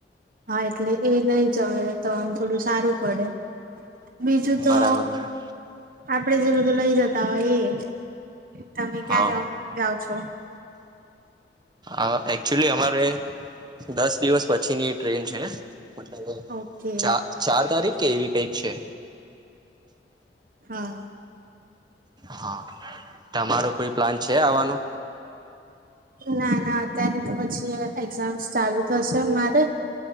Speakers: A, on the right; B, on the right.
A: હા એટલે એ લઈ જવે તો આમ થોડું સારું પડે. બીજું તો
B: બરાબર બરાબર
A: પડે જે બધું લઈ જતા હોય એ. તમે
B: હા
A: ક્યારે જાઓ છો
B: અ એકચુલી અમારે દસ દિવસ પ છી ની ટ્રેન છે. મતલબ
A: ઓકે
B: ચા ચાર તારીખ કે એવી કઈક છે.
A: હા.
B: હા તમારો કોઈ પ્લાન છે આવાનો.
A: ના ના અત્યારે તો પછી એક્ઝામસ ચાલુ થશે મારે.